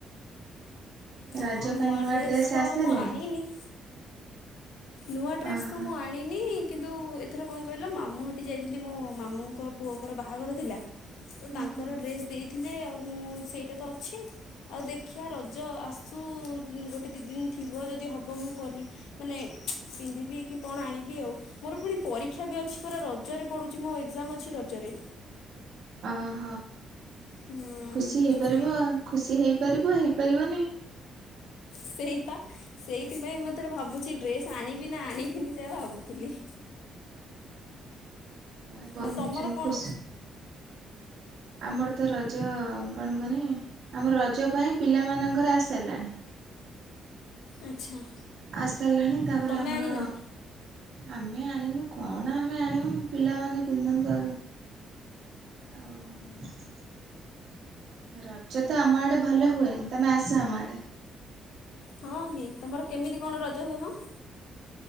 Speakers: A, on the left; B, on the right.
A: ହଁ,
B: ରଜ ପାଇଁ
A: ନୂଆ ଡ୍ରେସ୍ ତ
B: ଆସିସାରିଲାଣି?
A: ମୁଁ ଆଣିନି! ନୂଆଁ ଡ୍ରେସ୍
B: ଓହୋ
A: ତ ମୁଁ ଆଣ୍ ଆଣିନି କିନ୍ତୁ, ଏଥର କଣ କହିଲ, ମାମୁଁ ହଟି ଯାଇଥିଲି ମୋ ମାମୁଙ୍କ ପୁଅଙ୍କର ବାହାଘର ଥିଲା? ତ
B: ହୁଁ
A: ତାଙ୍କର
B: ହୁଁ
A: ଡ୍ରେସ୍ ଦେଇଥିଲେ, ଆଉ ମୁଁ ସେଇଟା ତ ଅଛି ଆଉ ଦେଖିବା ରଜ ଆସ୍ ସୁ-ଉ ଗୋଟେ ଦି ଦିନ ଥିବ ଯଦି ହବ ମୁଁ ପରି ମାନେ <unintelligible> ପିନ୍ଧିବି କି କଣ ଆଣିବି ଆଉ? ମୋର ପୁଣି ପରୀକ୍ଷା ବି ଅଛି, ପରା ରଜରେ ପଡୁଛି ମୋ ଏକ୍ଜାମ୍ ଅଛି ରଜରେ।
B: ଅହ,
A: ହୁଁ
B: ଖୁସି ହେଇପାରିବ,
A: ତ ସେଇ
B: ଖୁସି ହେଇପାରିବ ହେଇପାରିବନି।
A: ସେଇପା! ସେଇଥିପାଇଁ ମୁଁ ଏଥର ଭାବୁଛି ଡ୍ରେସ୍ ଆଣିବି ନା ଆଣିବିନି ସେୟା ଭାବୁଥିଲି।
B: ମାନେ କଂ
A: ଆଉ ତମର
B: ଚୁଂ
A: କଣ
B: ଖୁସ୍। ଆମର ତ ରଜ-ଅ କଣ କୁଅନି? ଆମ ରଜ ପାଇଁ ପିଲାମାନଙ୍କର ଆଇସାରିଲାଣି।
A: ଆଚ୍ଛା।
B: ଆସିସାରିଲାଣି ତାପରେ
A: ଆଉ ତମେ
B: ଆମର
A: ଆଣିନ?
B: ଆମେ ଆଣିନୁ କଣ ଆମେ ଆଣିମୁ ପିଲାମାନେ ପିନ୍ଧନ୍ତୁ ଆଗ। ଆଉ। ରଜ ତ ଆମ ଆଡେ ଭଲ ହୁଏ ତମେ ଆସ ଆମ ଆଡେ।
A: ହଁ କି ତମର କେମିତି କଣ ରଜ ହୁଏମ?